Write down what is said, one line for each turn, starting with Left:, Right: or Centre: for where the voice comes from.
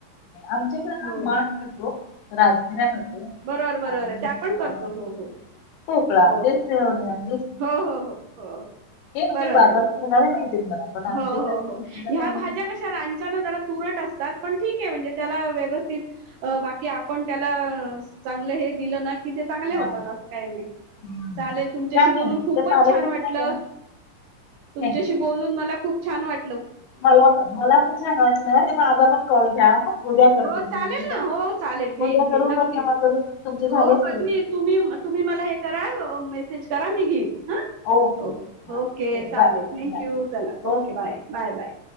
Left: आमच्याकडं ना
Right: हो
Left: माठ मिळतो, राजगिरा मिळतो.
Right: बर बरोबर
Left: आणि
Right: ए त्या पण करतो हो हो.
Left: पोकळा
Right: हो
Left: तेच
Right: हो
Left: एवढं
Right: हो हो हो ह ह.
Left: म्हणजे
Right: बरोबर
Left: बाजारात
Right: बरोबर
Left: मिळणारे मिळतेच म्हणा पण आमच्या
Right: हो
Left: इथे
Right: हो
Left: असं
Right: हो
Left: विकायला
Right: ह्या
Left: काही होत
Right: भाज्या
Left: नाही
Right: कशा रानच्यानं जरा तुरट असतात. पण ठीक आहे म्हणजे त्याला व्यवस्थित अ बाकी आपण अ त्याला चांगलं हे दिलं ना कि ते चांगले होतात
Left: हा
Right: असं काही नाही
Left: हम्म
Right: चालेल तुम शी
Left: काय नाही
Right: खूपच
Left: तर पालेभाजी
Right: छान वाटलं
Left: नाही आहे
Right: तुमच्याशी
Left: थँक्यू
Right: बोलून मला खूप छान वाट
Left: मला पण मला पण छान वाटलं म माझा पण कॉल घ्या उद्या करते
Right: हो
Left: मी.
Right: चालेल ना हो चालेल घेईन
Left: उद्या
Right: घेईन
Left: करू
Right: नक्की.
Left: का केव्हा करू तुमचे झाले
Right: हो
Left: असतील
Right: कधीही तुम्ही तुम्ही मला हे करा अ मेसेज करा मी घेईन. ह
Left: ओके
Right: हो
Left: हां
Right: हो ओके
Left: चला
Right: चालेल
Left: बाय
Right: थँक्यू
Left: bye बाय
Right: चला okay bye bye bye.